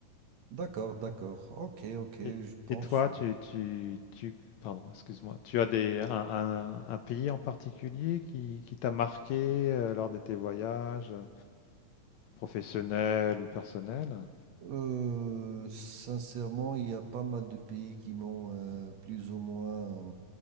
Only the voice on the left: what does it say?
Et,
et toi,
tu, tu, tu- pardon, excuse-moi, tu as des, un, un- un pays en particulier qui, qui t'a marqué euh, lors de tes voyages euh, professionnels ou personnels?